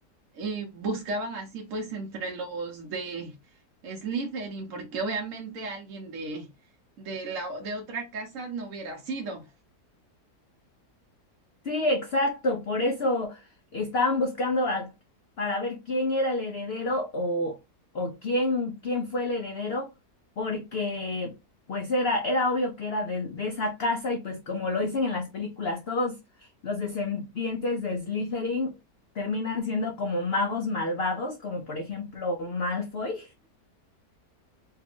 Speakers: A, on the right (about 60°); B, on the left (about 60°).
A: eh, buscaban así pues entre los de Slytherin, porque obviamente alguien de, de, la, de otra casa no hubiera sido.
B: Sí, exacto, por eso estaban buscando a- para ver quién era el heredero o, o quién, quién fue el heredero, porque pues era, era obvio que era de, de esa casa y pues como lo dicen en las películas, todos los descendientes de Slytherin terminan siendo como magos malvados, como por ejemplo Malfoy.